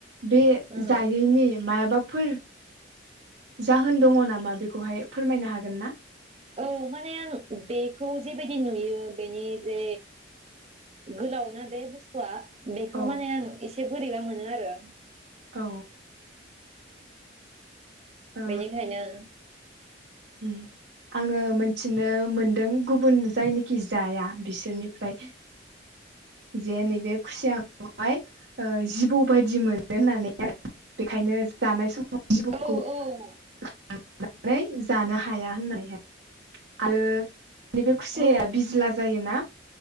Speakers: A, on the right; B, on the right.
A: बे
B: उम
A: जायैनि मायाबा फोर जाहोन दङ नामा बेखौहाय फोरमायनो हागोन ना?
B: औ माने आं बेखौ जेबायदि नुयो बेनि जे गोलाव ना बे बुस्थुआ बेखौ
A: औ
B: माने आं इसे से बोरैबा मोनो आरो
A: औ। ओ
B: बेनिखायनो
A: उम आङो मोनथिनो मोनदों गुबुन जायनोखि जाया बिसोरनिफ्राय जे नैबे खुसियाखौहाय ओ जिबौ बायदि मोनो होननानै आरो बेखायनो जानाय सम <unintelligible> लांनानै
B: औ औ
A: जानो हाया होननानैहाय। आरो नि बे खुसियाया
B: औ
A: बिज्ला जायोना?